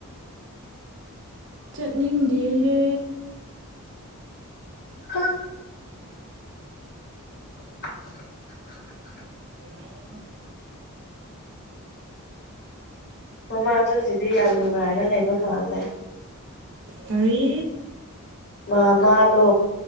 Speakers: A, on the right; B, on the left.
A: ꯆꯠꯅꯤꯡꯗꯦꯌꯦ
B: ꯍꯥ <inaudible>
A: <unintelligible>
B: ꯃꯃꯥꯖꯨ ꯁꯤꯗꯤ ꯌꯥꯝ ꯅꯨꯡꯉꯥꯏꯔꯒ ꯂꯩꯕ ꯃꯥꯜꯂꯦ
A: ꯇꯔꯤ
B: ꯃꯥ ꯃꯥꯗꯣ